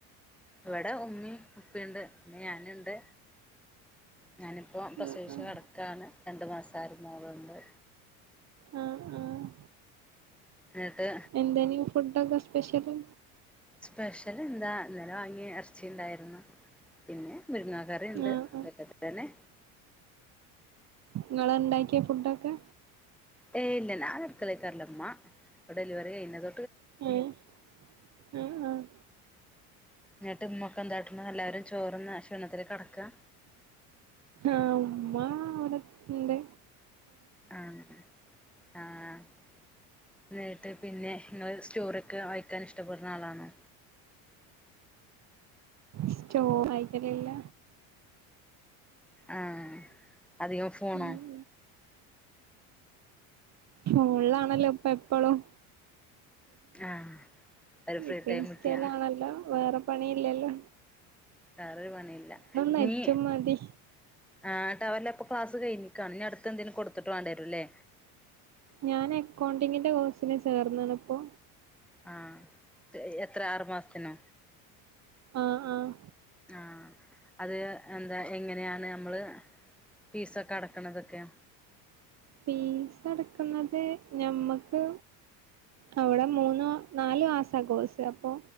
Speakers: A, in the centre; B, on the right.
A: ഇവിടെ ഉമ്മി ഉപ്പീണ്ട് പിന്നെ ഞാന്ണ്ട് ഞാനിപ്പോ പ്രസവിച്ച്കെടക്കാണ്
B: ആഹ് ആഹ്
A: രണ്ട്മാസയൊരു മോളുണ്ട്
B: ആഹ് ആഹ്
A: എന്നിട്ട്
B: എന്തെനി ഫുഡൊക്കെ സ്പെഷ്യല്
A: സ്പെഷ്യല്ന്താ ഇന്നലെ വാങ്ങിയ എറച്ചിണ്ടായിരുന്നു പിന്നെ മുരിങ്ങാകറിണ്ട്
B: ആഹ്
A: ഇതൊക്കെ തന്നെ
B: ഇങ്ങളാണ്ടാക്കിയാ ഫുഡൊക്കെ
A: ഏഹ് ഇല്ല ഞാ അടുക്കളേക്കാറലമ്മ ഡെലിവറി കഴിഞ്ഞത്
B: ഏഹ് ഉം ഉം
A: ന്നട്ട് ഇമ്മൊക്കെ എന്താട്ട്ണ് എല്ലാരും ചോറ്ന്ന് ക്ഷീണത്തില് കെടക്കാ
B: ആഹ് ഉമ്മ അവിടെ ഉണ്ട്
A: ആഹ് ആഹ് എന്നട്ട് പിന്നെ നിങ്ങള് സ്റ്റോറ് ക്കെ വായിക്കാൻ ഇഷ്ടപ്പെടുന്നആളാണോ
B: സ്റ്റോറാ വായിക്കലല്ല
A: ആഹ് അധികംഫോണോ
B: ഉം ഫോണിലാണല്ലോ ഇപ്പഎപ്പളും
A: ആഹ് ഒരു ഫ്രീ
B: ഇപ്പ
A: ടൈം
B: ഇൻസ്റ്റയിലാണല്ലോ
A: കിട്ടിയാ
B: വേറെ പണിഇല്ലല്ലോ
A: വേറൊരു പണിയില്ല
B: നെറ്റും
A: നീ
B: മതി
A: ആഹ് ടവലപ്പ ക്ലാസ്സ്‌കഴിഞ്ഞിക്കാണ് ഇനി അടുത്തെന്തെനും കൊടുത്തിട്ട്‌ വാണ്ടിരൂല്ലേ
B: ഞാന് അക്കൗണ്ടിങ്ങിന്റെ കോഴ്സിന് ചേർന്ന്ണ് ഇപ്പോ
A: ആഹ് എത്ര ആറു മാസ്ത്തിനോ
B: ആഹ് ആഹ്
A: ആഹ് അത് എന്താ എങ്ങനെയാണ് നമ്മൾ പീസൊക്കെ അടക്കണതൊക്കെ
B: ഫീസ്അടക്കുന്നത് ഞമ്മക്ക് അവിടെ മൂന്നു നാലുമാസ കോഴ്സ് അപ്പൊ